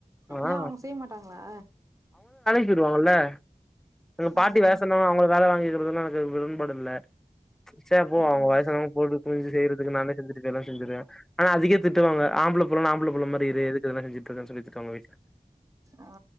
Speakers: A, in the centre; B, on the right.
A: ஆ
B: ஏ அவுங்க செய்ய மாட்டாங்களா
A: திட்டிருவாங்கள்ல எங்க பாட்டி
B: ஆ ஆ
A: வேல சொன்னாலு அவங்கள வேல வாங்கி க்குறதுனா எனக்கு உடன்பாடு இல்ல சேர் போ அவங்க
B: ம்
A: வயசானவங்க போட்டு குனுஞ்சு செய்யறதுக்கு நானே செஞ்சுட்டு போயிறலானு செஞ்சுருவ ஆனா அதுக்கே திட் திட்டுவாங்க ஆம்பள புள்ளனா ஆம்பள புள்ள மாரி இரு எதுக்கு இதுலா செஞ்சுட்டு இருக்கன் சொல்லி திட்டுவாங்க வீட்ல
B: ஆ